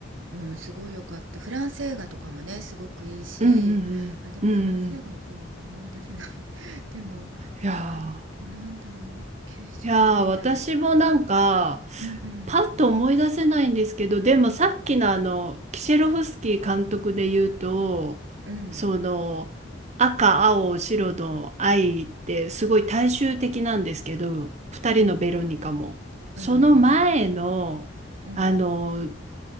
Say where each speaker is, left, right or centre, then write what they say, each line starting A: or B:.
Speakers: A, on the right; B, on the right.
A: うん、すごい良かったフランス映画とかもねすごくいいしあでもフランス映画はもう思い出せない
B: うんうんうん。うんうん。
A: <laughs> でも
B: いや
A: あとなんだろう90年代
B: ー。いやー、私もなんか、
A: うねんだ
B: パッと思い出せないんですけど、でもさっきのあの、キシェロフスキー監督で言うと、
A: いうんうん
B: その、赤、青、白の愛ってすごい大衆的なんですけど、二人のベロニカも。
A: うんうんうん
B: その前の、
A: うんうん
B: あの、